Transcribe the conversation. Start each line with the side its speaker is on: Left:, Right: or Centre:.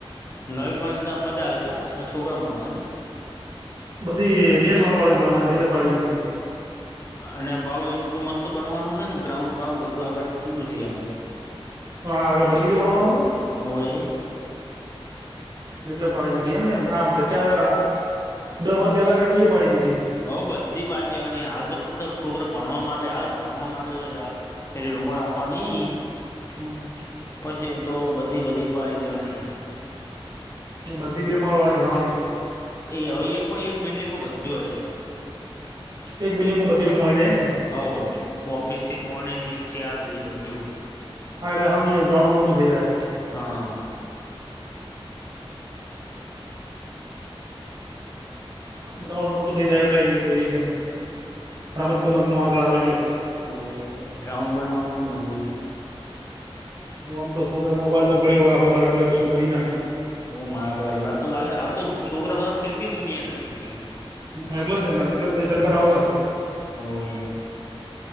Left: નવી ભણશે તો આ મજા આવશ છોકરામ ભણવાની
Right: બધી બે માળવાળી બણવાની છે એટલે પાડી દીધી
Left: અને બાહુ એટલું મસ્ત બનવાનું છે ને ગ્રાઉન્ડ બ્રાઉન્ડ બધું આગળથી ખુલ્લું થઈ જવાનું
Right: શું આગળ બગીચો બણવાનો હોય
Left: હોવે
Right: એટલે પાડી દીધી એમને ચાર દહ વાર પેલા કરી તી એ પાડી દીધી
Left: હઉ બધી પાલ દે વાની હાલ તો ફક્ત છોકરો ભણવા માટે હાલ ભણવા માટે પેલે રૂમમાં રાખવાની
Right: હા
Left: પછી એતો બધી બધી પાડી દેવાની
Right: બધી બે માળ વાળી થવાની છે
Left: એ હવે એક એક બિલ્ડિંગમાં બધું આવી જાય
Right: એક બિલ્ડિંગમાં બધી રૂમ આવી જાય એમ ને
Left: હવ ઓફિસ થી મોડીને એક થી આઠ હૂંડી બધું
Right: હા એટલે હમજી જા ગ્રાઉડ મોટું થઈ જાહે
Left: હા
Right: ગ્રાઉન્ડ મોટું થઇ જાય એટલે એવું કહી છે એમ રમત ગમતું આગળ આવી એટલે
Left: ઓ એ ગ્રાઉન્ડ બનવાનું મજબૂત
Right: આમ તો શું કર મા મોબાઈલમાં પડે હવે આખો દાડો એટલે કું કરી નાખી
Left: ઓ મારા હલ્લાદ તો લાગે હાલ તો છોકરા બધા ફિલ્મી દુનિયા ના થઇ ગઈ
Right: હ એટલે જ નહી ત એટલે બી સરકાર આવું કરે
Left: હોવે